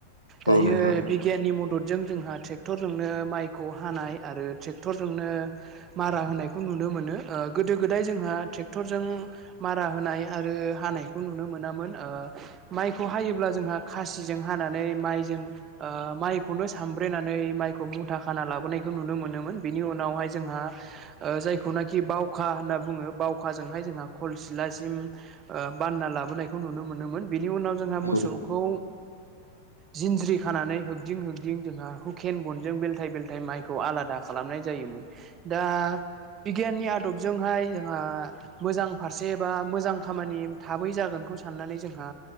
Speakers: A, on the right (about 30°); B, on the left (about 85°).
A: दायो
B: औ नोंथां
A: बिगियाननि मददजों जोंहा ट्रेक्टरजोंनो माइखौ हानाय आरो ट्रेक्टरजोंनो मारा होनायखौ नुनो मोनो। ओ गोदो गोदाय जोंहा ट्रेक्टरजों मारा होनाय आरो हानायखौ नुनो मोनामोन। ओ माइखौ हायोब्ला जोंहा खासिजों हानानै माइजों ओ माइखौनो सामब्रे नानै माइखौ मुथा खाना लाबोनायखौ नुनो मोनोमोन। बिनि उनावहाय जोंहा ओ जायखौना खि बावखा होनना बुङो, बावखाजोंहाय जोंहा खलसिथ्ला सिम ओ बान्ना लाबोनायखौ नुनो मोनोमोन। बेनि उनाव जोंहा मोसौखौ
B: औ
A: जिनज्रि खानानै होगदिं होगदिं जोंहा हुखेन ग'नजों बेलथाय बेलथाय माइखौ आलादा खालामनाय जायो मोन, दा बिगियाननि आदबजोंहाय जोंहा मोजां फारसे बा मोजां खामानि थाबै जागोनखौ स साननानै जोंहा